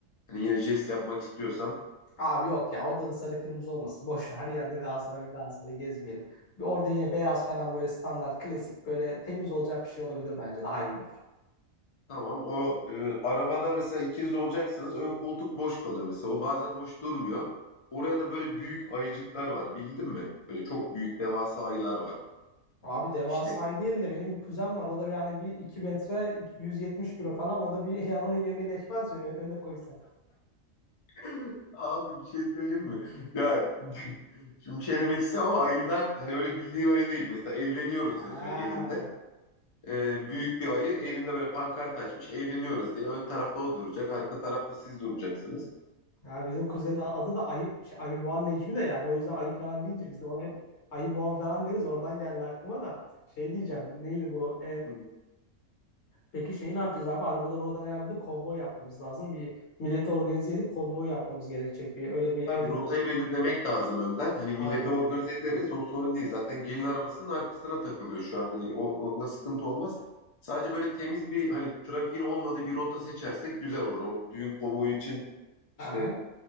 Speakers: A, on the left; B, on the left.
A: Hani yine jest yapmak istiyorsan.
B: Abi yok ya orada da sarı kırmızı olmasın. Boş ver her yerde Galatasaray Galatasaray gezmeyelim. Bir orada yine beyaz falan böyle standart klasik böyle temiz olacak bir şey olabilir bence daha iyi olur.
A: Tamam. O e, arabada mesela ikiniz olacaksınız. Ön koltuk boş kalıyor mesela. O bazen hoş durmuyor. Oraya da böyle büyük ayıcıklar var. Bildin mi? Böyle çok büyük devasa ayılar var.
B: Abi devasayı
A: İşte
B: değil de benim bir kuzen var. O da yani bir iki metre iki- 170 kilo falan. O da bir <laughs> yani onun yerine geçmez mi? Ö- Öne koysak.
A: <clears throat> <laughs> abi bir şey söyleyeyim mi? <laughs> Ya <laughs> şimdi bir şey demek istemiyorum ama ayılar hani öyle bildiğin ayı değil. Mesela evleniyoruz
B: Ha.
A: yazıyor elinde. E, büyük bir ayı elinde böyle pankart açmış. Evleniyoruz diye. Ön tarafta o duracak. Arka tarafta siz duracaksınız.
B: Ya bizim kuzenin a- adı da Ayı, şey, Ayıboğan Necmi de yani. O yüzden ayı falan deyince biz de ona hep Ayıboğan falan deriz. Oradan geldi aklıma da. Şey diyeceğim. Neydi bu?
A: <laughs>
B: Peki şey ne yapacağız abi? Arabaları oradan ayarladık. Konvoy yapmamız lazım. Bir milleti organize edip konvoy yapmamız gerekecek. Bir öyle bir
A: Tabii
B: en azından
A: rotayı
B: bir
A: belirlemek lazım önden. Hani millete
B: aynen.
A: organize ederiz. O sorun değil. Zaten gelin arabasının arkasına takılıyor şu an. Hani o, onda sıkıntı olmaz. Sadece böyle temiz bir hani trafiğin olmadığı bir rota seçersek güzel olur. O düğün konvoyu için işte
B: Aha.